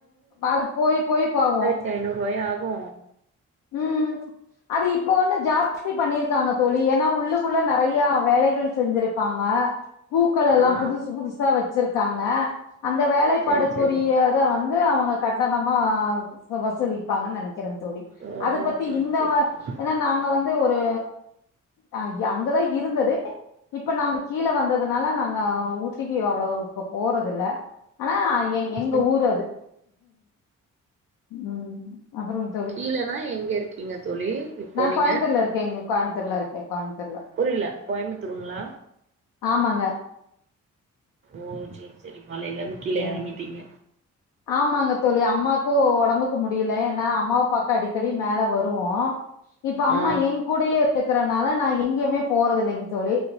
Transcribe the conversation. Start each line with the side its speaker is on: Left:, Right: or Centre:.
Left: அது போய் போய் போவோ
Right: ஆயித்திஐநூறுவாயா ஆகு
Left: ம் அது இப்ப வந்து ஜாஸ்தி பண்ணிருக்காங்க தோழி ஏன்னா உள்ளுக்குள்ள நெறயா வேலைகள் செஞ்சிரு ப்பாங்க பூக்களெள்ளா
Right: ஆ
Left: புதுசு புதுசா வச்சிருக்காங்க அந்த வேலைப்பாடுக்குரிய
Right: சரி சரி
Left: இத வந்து அவுங்க கட்டணமா வசூலிப்பாங்கன் நெனைக்கிறே தோழி
Right: ஓ
Left: அத பத்தி
Right: சரி
Left: இந்த
Right: சரி
Left: வ
Right: சரி
Left: ஏன்னா நாங்க வந்து ஒரு ஆ ய அங்கதா இருந்தது இப்ப நாங்க கீழே வந்ததுனால நாங்க ஊட்டிக்கு அவ்ளவு போ போறதுல்ல ஆனா எ எங்க
Right: சரி
Left: ஊரு அது ம் அப்றோங்
Right: கீழனா எங்க இருக்கீங்க தோழி இப்போ
Left: நா கோயமுத்தூர்ல
Right: நீங்க
Left: இருக்கேங்க கோய்முத்தூர்ல இருக்கே கோய்முத்தூர்ல
Right: புரில கோயம்புத்தூருங்ளா
Left: ஆமாங்க
Right: ஓ சேர் சேரி மலைல இருந்து கீழ
Left: சரி.
Right: எறங்கிட்டீங்க
Left: ஆமாங்க தோழி அம்மாக்கு ஒடம்புக்கு முடில ஏன்னா அம்மாவ பாக்க அடிக்கடி மேல வருவோ இப்ப அம்மா
Right: ஆ
Left: ஏ கூடயே இருக்கறனால நா எங்கேயுமே போறது இல்லைங் தோழி